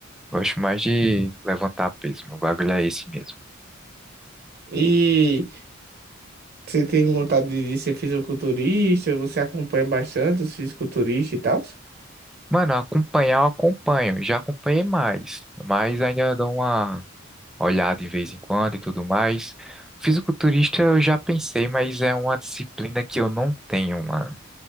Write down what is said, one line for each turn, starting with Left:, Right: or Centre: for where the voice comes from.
Centre: Gosto mais de levantar peso. Meu bagulho é esse mesmo.
Right: E você tem vontade de ser fisiculturista? Você acompanha bastante os fisiculturistas e tal?
Centre: Mano, acompanhar eu acompanho. Já acompanhei mais. Mas ainda dou uma olhada de vez em quando e tudo mais. Fisiculturista eu já pensei, mas é uma disciplina que eu não tenho, mano.